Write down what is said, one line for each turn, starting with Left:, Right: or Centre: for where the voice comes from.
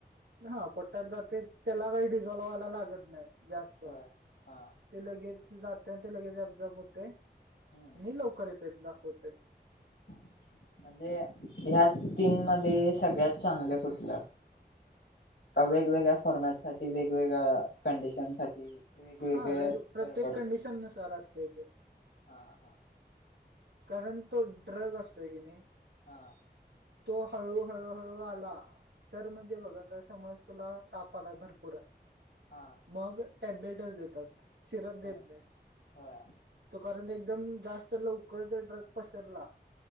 Right: हा पट्टत जाते त्याला काही डिझॉल् व्हायला लागत नाही जास्त
Left: होय हा
Right: ते लगेच जात ते लगेच अब्झॉर्ब होते आणि
Left: हम्म
Right: लवकर इफेक्ट दाखवते
Left: <unintelligible> म्हणजे ह्या तीन मध्ये सगळ्यात चांगलं कुठलं वेगवेगळ्या फॉर्मॅट साठी वेगवेगळ्या कंडिशन् साठी वेगवेगळ
Right: हा वेग प्रत्येक
Left: बरं पडते
Right: कंडिशन नुसार असतो याचे
Left: हा हा
Right: कारण तो ड्रग असतोय की नाही
Left: हां
Right: तो हळू हळूहळू आला तर म्हणजे बघा तर समज तुला तापा आला भरपूर आहे
Left: हां
Right: मग टॅब्लेटच देतात सिरप
Left: होय
Right: देत नाही
Left: होय
Right: तो कारण एकदम जास्त लवकर ड्रग पसरला